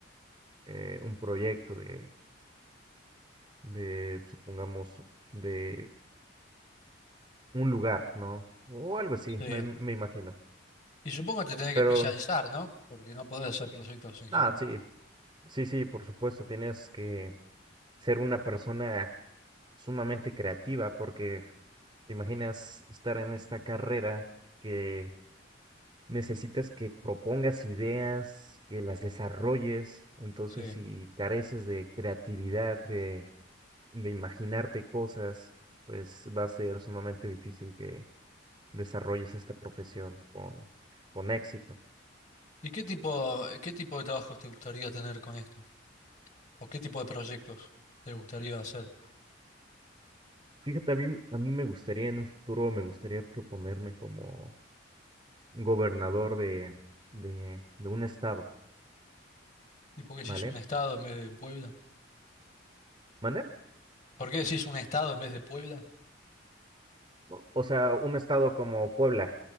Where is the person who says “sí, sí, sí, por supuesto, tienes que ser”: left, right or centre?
Right